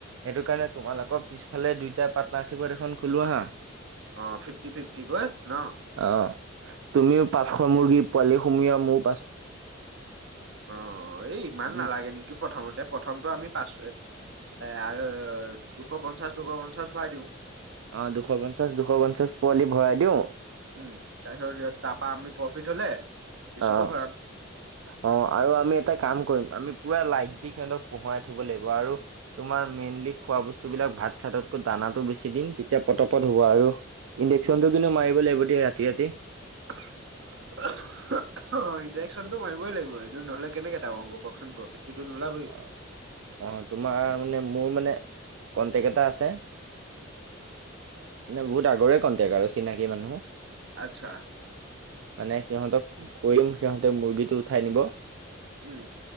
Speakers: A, on the right; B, on the right.
A: সেইটো কাৰণে তোমালোকৰ পিছফালে দুইটা পাৰ্টনাৰ্চিপত এখন খোলো আহা।
B: অ', ফিফটা-ফিফটি কৈ ন?
A: অ', তুমিও পাঁচশ মুৰ্গী পোৱালি সুমিওয়া মোৰ
B: অ', এই ইমান
A: দুই
B: নালাগে নেকি? প্ৰথমতে প্ৰথমটো পাচ আৰু দুশ পঞ্চাছ, দুশ পঞ্চাছ ভৰাই দিওঁ?
A: অঁ', দুশ পঞ্চাছ, দুশ পঞ্চাছ পোৱালি ভৰাই দিওঁ।
B: উম, তাৰ পিছত তাৰপা আমি প্ৰফিট হ'লে। বেছিকৈ
A: অ'।
B: ভৰাম।
A: অ', আৰু আমি এটা কাম কৰিম, আমি পুৰা লাইট দি সিহঁতক পোহোৱাই থব লাগিব। আৰু তোমাৰ মেইনলি খোৱা বস্তুবিলাক ভাত-চাততকৈ দানাতটো বেছি দিম তেতিয়া পটপট হ'ব আৰু, ইনজেকশ্যন
B: উম,
A: টো কিন্তু মাৰিব লাগিব দেই ৰাতি-ৰাতি।
B: <unintelligible> অ', ইনজেকশ্যনতটো মাৰিবই লাগিব এনেটো নহ'লে কেনেকে ডাঙৰ হ'ব কওঁকচোন প্ৰফিটটোতো নোলাবৈ।
A: অ অ', তোমাৰ মানে মোৰ মানে কণ্ট্ৰক্ট এটা আছে। মানে বহুত আগৰে কণ্টেক্ট আৰু চিনাকী মানুহ।
B: আচ্ছা
A: মানে সিহঁতক কৈ দিম, সিহঁতে মুৰ্গীটো উঠাই নিব।
B: উম।